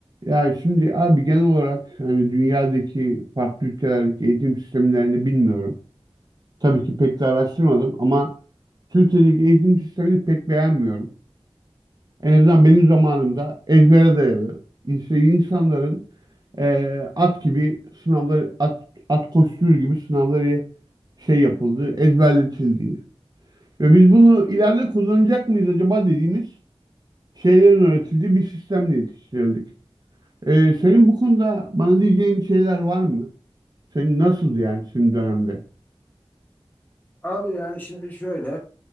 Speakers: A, on the right; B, on the left.
A: Yani şimdi abi genel olarak hani dünyadaki farklı ülkelerdeki eğitim sistemlerini bilmiyorum. Tabii ki pek de araştırmadım ama Türkiye'deki eğitim sistemini pek beğenmiyorum. En azından benim zamanımda ezbere dayalı. İnse- insanların eee, at gibi sınavları, at, at koşturur gibi sınavları şey yapıldığı, ezberletildiği. Ve biz bunu ileride kullanacak mıyız acaba dediğimiz şeylerin öğretildiği bir sistemle yetiştirildik. Ee, senin bu konuda bana diyeceğin şeyler var mı? Senin nasıldı yani senin dönemde?
B: Abi yani şimdi şöyle